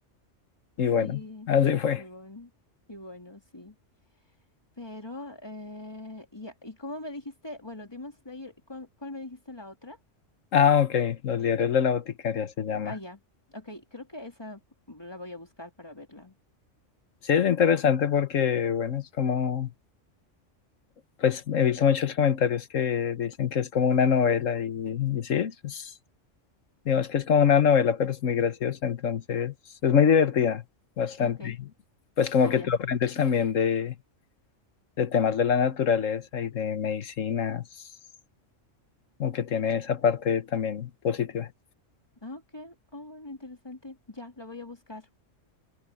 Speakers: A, on the left; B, on the left.
A: y bueno,
B: Sí,
A: así fue.
B: y bueno, y bueno, sí. Pero, eh, ya, ¿y cómo me dijiste? Bueno, Demon Slayer, ¿cuál, cuál me dijiste la otra?
A: Ah, ok, Los diarios de la boticaria se llama.
B: Ah, ya. Ok, creo que esa la voy a buscar para verla.
A: Sí, es interesante porque, bueno, es como Pues he visto muchos comentarios que dicen que es como una novela y, y sí, es- es- digamos que es como una novela, pero es muy graciosa, entonces es muy divertida, bastante.
B: Ok,
A: Y, Pues como
B: ah, ya.
A: que tú aprendes también de, de temas de la naturaleza y de medicinas, como que tiene esa parte también positiva.
B: Ah, Ok, oh, bueno, interesante. Ya, la voy a buscar.